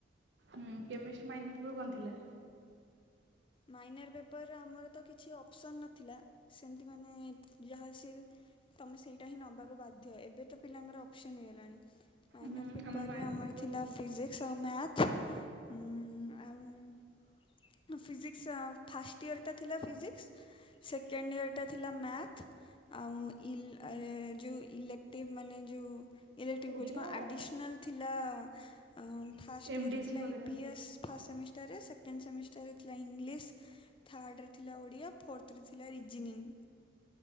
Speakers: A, on the right; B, on the left.
A: ହଁ କେମିଷ୍ଟ ମାଇନପୁର କଣ ଥିଲା?
B: ମାଇନର୍ ପେପର ଆମର ତ କିଛି ଅପସନ୍ ନଥିଲା ସେମିତି ମାନେ ଯାହା ସି ତମେ ସେଇଟା ହିଁ ନବାକୁ ବାଧ୍ୟ ଏବେ ତ ପିଲାଙ୍କର ଅପସନ ହେଇଗଲାଣି। ମାଇନର୍
A: ହୁଁ
B: ପେପରରେ
A: ମାଇନର
B: ଆମର
A: ପେପର
B: ଥିଲା ଫିଜିକ୍। ଶୋ ମ୍ୟାଥ ଓଁ ଆଉ ଫିଜିକିସ୍ସ <unintelligible> ଫାଷ୍ଟ ଇୟରଟା ଥିଲା ଫିଜିକ୍ସ ସେକେଣ୍ଡ ଇୟରଟା ଥିଲା ମ୍ୟାଥ୍। ଆଉ ଇଲ ଆ ଯଉ ଇଲେକ୍ଟିଭ ମାନେ ଯଉ ଇଲେକ୍ଟିଭ୍
A: ଓଡ଼ିଆ
B: କହୁଛି କଣ ଆଡ଼ିସନାଲ୍ ଥିଲା ଅ ଫାଷ୍ଟ
A: ଏମ୍
B: ଇୟରରେ
A: ଡି ସି
B: ଥିଲା
A: ବଗେରା।
B: ଇଭି ଏସ୍ ଫାର୍ଷ୍ଟ ସେମିଷ୍ଟାରରେ ସେକଣ୍ଡ ସେମିଷ୍ଟାରରେ ଥିଲା ଇଂଲିଶ ଥାର୍ଡ଼ରେ ଥିଲା ଓଡ଼ିଆ ଫୋରଥ ରେ ଥିଲା ରିଜନିଂଙ୍ଗ୍।